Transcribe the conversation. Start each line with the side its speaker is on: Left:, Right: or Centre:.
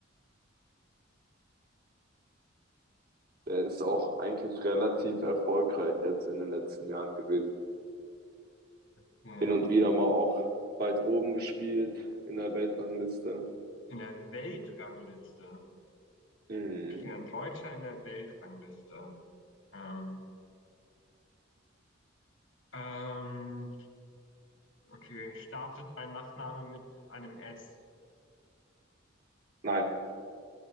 Right: der ist auch eigentlich relativ erfolgreich jetzt in den letzten Jahren gewesen.
Left: okay.
Right: Hin und wieder mal auch weit oben gespielt in der Weltrangliste.
Left: In der Weltrangliste.
Right: Mhm.
Left: Okay, ein Deutscher in der Weltrangliste. Ähm, ähm, okay, startet dein Nachname mit einem S?
Right: Nein,